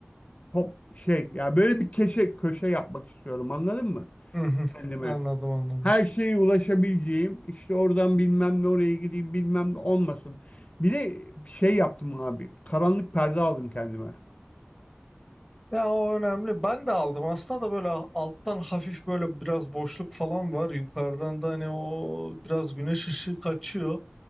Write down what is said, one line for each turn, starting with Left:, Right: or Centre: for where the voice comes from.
Left: top şey ya böyle bir keşe köşe yapmak istiyorum anladın mı?
Centre: Hı hı.
Left: Kendime.
Centre: Anladım anladım.
Left: Her şeye ulaşabileceğim işte oradan bilmem ne oraya gideyim bilmem ne olmasın. Bir de şey yaptım abi. Karanlık perde aldım kendime.
Centre: Ya o önemli. Ben de aldım. Aslında da böyle alttan hafif böyle biraz boşluk falan var. Yukarıdan da hani o biraz güneş ışığı kaçıyor.